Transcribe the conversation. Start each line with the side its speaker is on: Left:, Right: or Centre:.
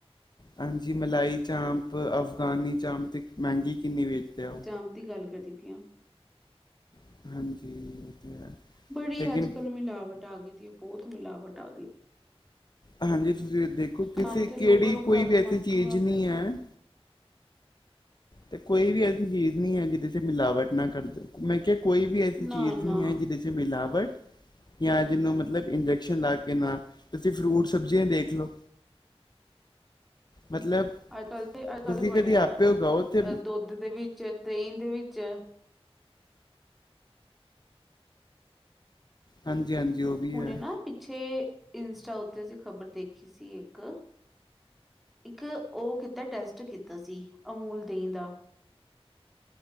Left: ਹਾਂਜੀ ਮਲਾਈ ਚਾਂਪ ਅਫਗਾਨੀ ਚਾਂਪ ਤੇ ਮਹਿੰਗੀ ਕਿੰਨੀ ਵੇਚਦੇ ਆ ਓ।
Centre: ਅਮ ਦੀ ਗੱਲ ਕਰਦੀ ਪੀਆਂ।
Left: ਹਾਂਜੀ। ਤੇ ਹੈ
Centre: ਬੜੀ
Left: ਲੇਕਿਨ
Centre: ਅੱਜ-ਕੱਲ੍ਹ ਮਿਲਾਵਟ ਆ ਗਈ ਦੀ ਆ, ਬੋਤ ਮਿਲਾਵਟ ਆ ਗੀ।
Left: ਹਾਂਜੀ, ਤੁਸੀ ਦੇਖੋ ਕਿਸੇ
Centre: ਨਾਮ ਤੇ
Left: ਕੇੜੀ
Centre: ਲੋਕਾਂ ਨੂੰ
Left: ਕੋਈ
Centre: ਗੰਦ
Left: ਵੈਸੀ
Centre: ਮੰਦ
Left: ਚੀਜ਼
Centre: ਖਵਾ
Left: ਨਈ
Centre: ਰਿਹਾ
Left: ਹੈ ਤੇ ਕੋਈ ਵੀ ਐਸੀ ਹੀਜ਼ ਨੀ ਹੈ, ਜਿਹਦੇ ਚ ਮਿਲਾਵਟ ਨਾ ਕਰਦੇ ਮੈਂ ਕਿਹਾ ਕੋਈ ਵੀ ਐਸੀ
Centre: ਨਾ-ਨਾ
Left: ਚੀਜ਼ ਨੀ ਹੈ ਜਿਹਦੇ ਚ ਮਿਲਾਵਟ, ਯਾਂ ਜਿਨੂੰ ਮਤਲਬ ਇੰਜੈਕਸ਼ਨ ਲਾ ਕੇ ਨਾ ਤੁਸੀ ਫਰੂਟ ਸਬਜ਼ੀਆਂ ਈ ਦੇਖ ਲਓ, ਮਤਲਬ।
Centre: ਅੱਜ-ਕੱਲ ਤੇ ਅੱਜ-ਕੱਲ
Left: ਤੁਸੀਂ
Centre: ਬੜੇ
Left: ਕਦੀ
Centre: ਐ।
Left: ਆਪੇ ਉਗਾਓ ਤੇ
Centre: ਆ ਦੁੱਧ ਦੇ ਵਿੱਚ ਦਹੀਂ ਦੇ ਵਿੱਚ
Left: ਹਾਂਜੀ ਹਾਂਜੀ ਉਹ ਵੀ
Centre: ਹੁਣੇ
Left: ਹੈ
Centre: ਨਾ ਪਿੱਛੇ ਇੰਸਟਾ ਉੱਤੇ ਅਸੀਂ ਖ਼ਬਰ ਦੇਖੀ ਸੀ ਇੱਕ ਇੱਕ ਉਹ ਕੀਤਾ ਟੈਸਟ ਕੀਤਾ ਸੀ, ਅਮੂਲ ਦਹੀਂ ਦਾ।